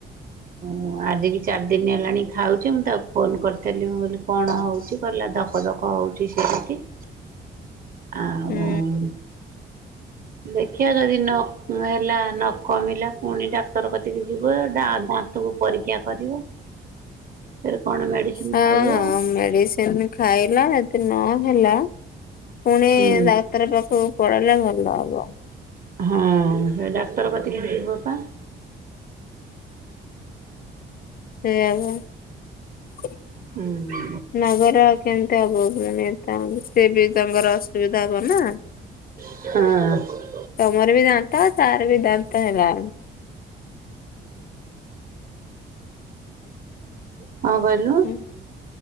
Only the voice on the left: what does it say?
ହୁଁ
ହଁ
ହଁ ମେଡିସିନ ଖାଇଲା ଯଦି ନହେଲା। ପୁଣି
ଡାକ୍ତର ପାଖକୁ ପଳେଇଲେ ଭଲ ହବ।
ସେଇଆ ପା ନ
ଗଲେ ଆଉ କେମିତି ହବ। ପୁଣି ତା ବୋଲି ସିଏ ବି ତାଙ୍କର ଅସୁବିଧା ହବ ନା?
ତମର ବି ଦାନ୍ତ ଆଉ ତାର ବି ଦାନ୍ତ ହେଲା?
ଉଁ